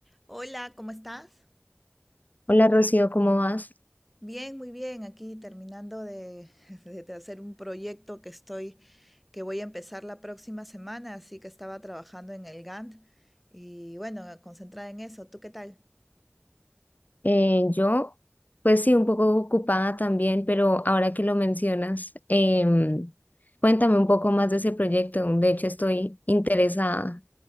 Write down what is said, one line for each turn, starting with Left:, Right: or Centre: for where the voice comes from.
Centre: Hola, ¿cómo estás?
Left: Hola Rocío, ¿cómo vas?
Centre: Bien, muy bien. Aquí terminando de, <laughs> de hacer un proyecto que estoy, que voy a empezar la próxima semana, así que estaba trabajando en el Gantt y bueno, concentrada en eso. ¿Tú qué tal?
Left: Eh, yo, pues sí, un poco ocupada también, pero ahora que lo mencionas, em, cuéntame un poco más de ese proyecto. De hecho, estoy interesada